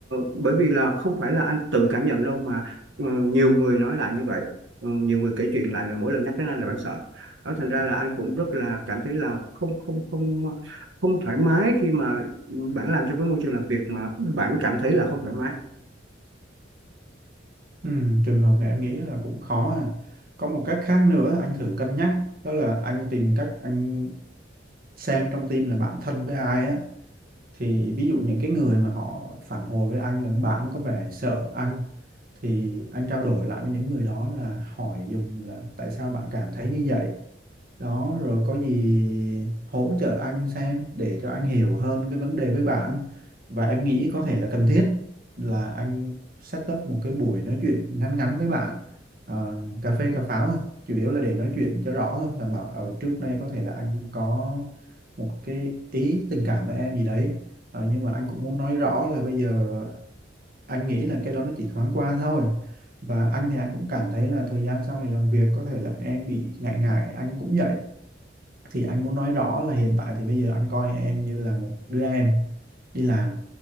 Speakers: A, on the right; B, on the right.
A: bởi vì là không phải là anh tự cảm nhận đâu mà ờ, nhiều người nói lại như vậy Ờ, nhiều người kể chuyện lại là mỗi lần nhắc đến anh là bạn sợ đó thành ra là anh cũng rất là cảm thấy là không không không không thoải mái khi mà bạn làm trong cái môi trường làm việc mà bạn cảm thấy là không thoải mái
B: Ừ, trường hợp này em nghĩ là cũng khó à. Có một cách khác nữa anh thử cân nhắc, đó là anh tìm cách anh xem trong team là bạn thân với ai á. Thì ví dụ những cái người mà họ phản hồi với anh là bạn có vẻ sợ anh thì anh trao đổi lại với những người đó là hỏi dùng là tại sao bạn cảm thấy như vậy đó rồi có gì hỗ trợ anh xem để cho anh hiểu hơn cái vấn đề với bạn và em nghĩ có thể là cần thiết là anh set up một cái buổi nói chuyện ngắn ngắn với bạn Ờ, cà phê cà pháo thôi chủ yếu là để nói chuyện cho rõ thôi là mà ở trước nay có thể là anh có một cái ý tình cảm với em gì đấy Ờ, nhưng mà anh cũng muốn nói rõ là bây giờ anh nghĩ là cái đó nó chỉ thoáng qua thôi và anh thì anh cũng cảm thấy là thời gian sau này làm việc có thể là em bị ngại ngại anh cũng vậy thì anh muốn nói rõ là hiện tại thì bây giờ anh coi em như là một đứa em đi làm